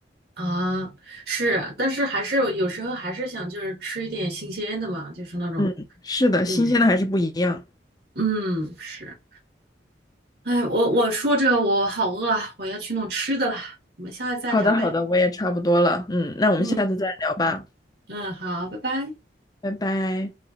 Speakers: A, on the right; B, on the left.
A: 啊，是，但是还是有有时候还是想就是吃一点新鲜的嘛，就是那种，
B: 嗯，是的，
A: 对，
B: 新鲜的还是不一样。
A: 嗯，是，哎，我我说着我好饿啊，我要去弄吃的了，我们下次再聊呗，
B: 好的好的，我也差不多了。嗯，那我们下次再聊吧，
A: 嗯，嗯，好，拜拜。
B: 拜拜。